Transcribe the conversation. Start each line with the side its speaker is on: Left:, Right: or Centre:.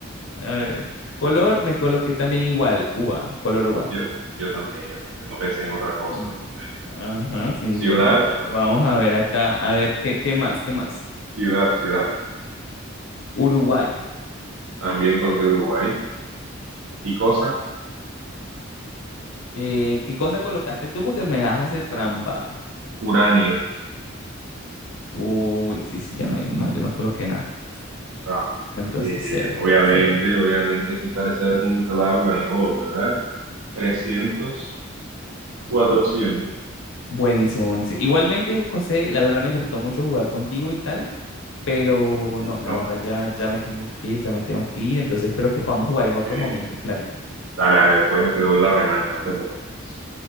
Left: A ver. Color, me coloqué también igual. Uva, color uva.
Right: Yo, yo también, yo también. No pensé en otra cosa,
Left: Mm,
Right: honestamente.
Left: Ajá, 50.
Right: Ciudad
Left: Vamos a ver acá. A ver, ¿qué, qué más? ¿Qué más?
Right: Ciudad, ciudad.
Left: Uruguay.
Right: También coloqué Uruguay. Y cosa,
Left: Eh, ¿qué cosa colocaste tú? Porque me das hacer trampa.
Right: uranio.
Left: Uy, sí, sí, ya no, hay- no, yo no coloqué nada.
Right: Ah,
Left: Listo, entonces
Right: eh, eh,
Left: cero,
Right: obviamente,
Left: cero.
Right: obviamente aquí parece haber un claro ganador, ¿verdad? trescientos cuatrocientos
Left: Buenísimo, buenísimo. Igualmente, José, la verdad me gustó mucho jugar contigo y tal, pero
Right: ¿Listo?
Left: no, la verdad ya, ya me tengo que ir, ya me tengo que ir, entonces espero que podamos jugar
Right: Ok.
Left: en otro momento, claro.
Right: Dale, dale, después te doy la revancha, no te preocupes.